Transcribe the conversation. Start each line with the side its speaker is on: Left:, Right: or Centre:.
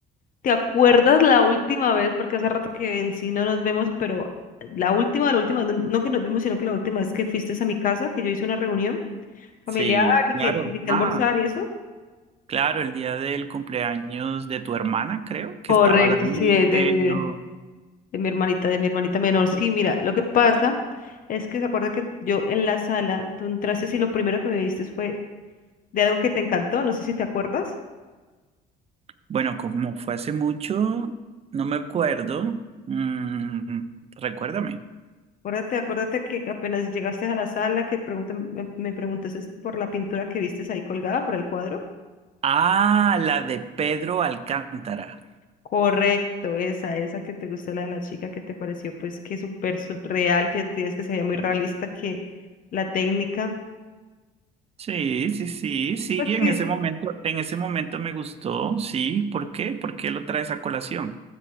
Left: ¿Te acuerdas la última vez? Porque hace rato que en sí no nos vemos, pero la última, la última, no, no que nos vimos, sino que la última vez que fuiste a mi casa, que yo hice una reunión familiar
Right: Sí,
Left: y
Right: claro.
Left: que te invité
Right: Ah,
Left: a almorzar y eso.
Right: claro, el día del cumpleaños de tu hermana, creo que
Left: Correcto,
Right: estaba David,
Left: sí, de, de,
Right: pero
Left: de, de mi hermanita, de mi hermanita menor. Sí, mira, lo que pasa es que se acuerda que yo en la sala, tú entraste y lo primero que me diste fue de algo que te encantó, no sé si te acuerdas.
Right: bueno, como fue hace mucho, no me acuerdo. Mm, recuérdame.
Left: Acuérdate, acuérdate que apenas llegaste a la sala, que preguntan- me, me preguntaste por la pintura que vistes ahí colgada, por el cuadro.
Right: Ah, la de Pedro Alcántara.
Left: Correcto, esa, esa que te gustó, la de la chica que te pareció pues que súper surreal, que decías que se veía muy realista, que la técnica,
Right: Sí, sí, sí, sí,
Left: pues
Right: en
Left: que
Right: ese momento, en ese momento me gustó, sí, ¿por qué? ¿Por qué lo traes a colación?